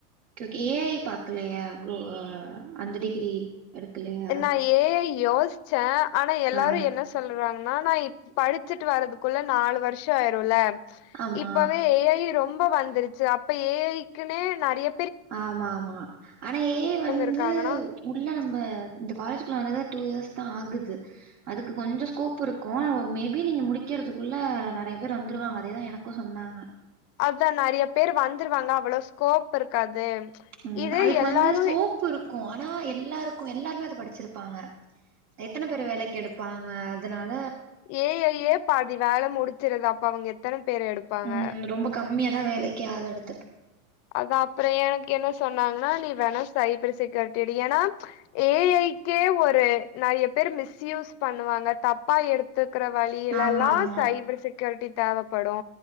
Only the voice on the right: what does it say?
ஓகே, ஏஐ பாக்கலையா <unintelligible> அந்த டிகிரி எடுக்கலையா?
ஆ.
ஆமா.
ஆமா ஆமா ஆனா ஏஐ வந்து
உள்ள நம்ப இந்த காலேஜ்குள்ள வந்தது டூ இயர்ஸ் தா ஆகுது அதுக்கு கொஞ்சோ ஸ்கோப் இருக்கோ மேபி நீங்க முடிக்கிறதுக்குள்ள நறைய பேர் வந்துருவாங்க அதே தா எனக்கு சொன்னாங்க
ம்
அதுக்கு
வந்து ஸ்கோப் இருக் கு ஆனா எல்லாருக்கு எல்லாருமே அத படிச்சிருப்பாங்க எத்தன பேர வேலைக்கி எடுப்பாங்க அதனால்
ம் ரொம்ப கம்மியா தா வேலைக்கி ஆள் எடு
ஆமா
ஆமா